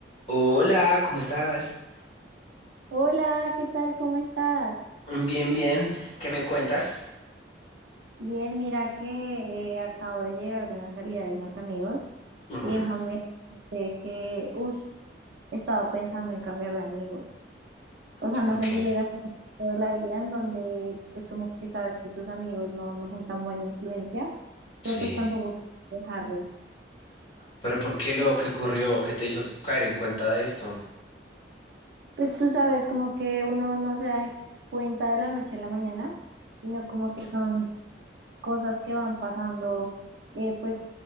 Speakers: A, on the left (about 35°); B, on the right (about 70°).
A: Hola, ¿cómo estás?
B: Hola, ¿qué tal? ¿Cómo estás?
A: Bien, bien. ¿Qué me cuentas?
B: Bien, mira que eh, acabo de llegar de una salida de unos amigos
A: Ujú.
B: y déjame decirte que, uff, estaba pensando en cambiar de amigos. O
A: ¿Y
B: sea,
A: por
B: no sé
A: qué?
B: si llegas a ese punto de la vida en donde, pues como que sabes que tus amigos no, no son tan buena influencia,
A: Sí.
B: pero pues tampoco quieres dejarlos.
A: ¿Pero por qué lo que ocurrió? ¿Qué te hizo caer en cuenta de esto?
B: Pues tú sabes, como que uno no se da cuenta de la noche a la mañana, sino como que son cosas que van pasando, eh, pues